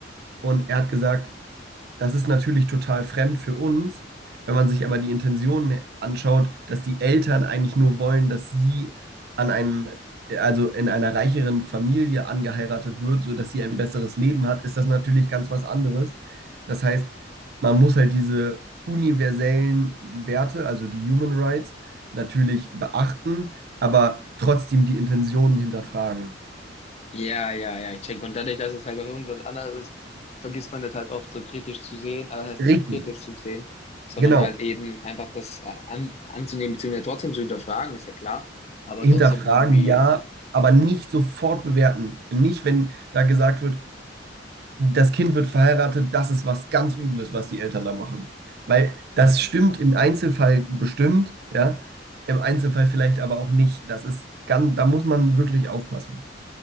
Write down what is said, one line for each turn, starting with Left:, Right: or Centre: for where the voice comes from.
Right: und er hat gesagt, das ist natürlich total fremd für uns. Wenn man sich aber die Intentionen anschaut, dass die Eltern eigentlich nur wollen, dass sie an einem, also in einer reicheren Familie angeheiratet wird, sodass sie ein besseres Leben hat, ist das natürlich ganz was anderes. Das heißt, man muss halt diese universellen Werte, also die Human Rights, natürlich beachten, aber trotzdem die Intentionen hinterfragen.
Left: Ja, ja, ja, ich check. Und dadurch, dass es halt bei uns was anderes ist, vergisst man das halt oft so kritisch zu sehen, aber das heißt
Right: Richtig.
Left: nicht kritisch zu sehen, sondern
Right: Genau,
Left: halt eben einfach das äh, an, anzunehmen, beziehungsweise trotzdem zu hinterfragen, ist ja klar, aber
Right: Hinterfragen
Left: trotzdem irgendwie,
Right: ja, aber nicht sofort bewerten. Nicht, wenn da gesagt wird, das Kind wird verheiratet, das ist was ganz Übles, was die Eltern da machen. Weil das
Left: ja,
Right: stimmt im Einzelfall bestimmt, ja, im Einzelfall vielleicht aber auch nicht. Das ist ganz, da muss man wirklich aufpassen.